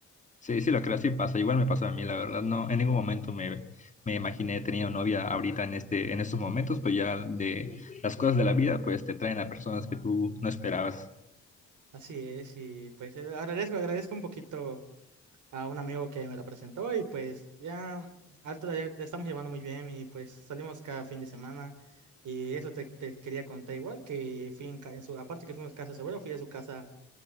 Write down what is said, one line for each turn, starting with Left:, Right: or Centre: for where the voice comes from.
Left: Sí, sí, lo creo, sí pasa. Igual me pasó a mí, la verdad. No, en ningún momento me, me imaginé teniendo novia ahorita en este, en estos momentos, pues ya de las cosas de la vida, pues te traen a personas que tú no esperabas.
Right: Así es, y pues eh, agradezco, agradezco un poquito. a un amigo que me la presentó y pues ya harto la, lle- la estamos llevando muy bien y pues salimos cada fin de semana y eso te, te quería contar igual que fui en, ca- en su, aparte que fuimos a casa de su abuelo, fui a su casa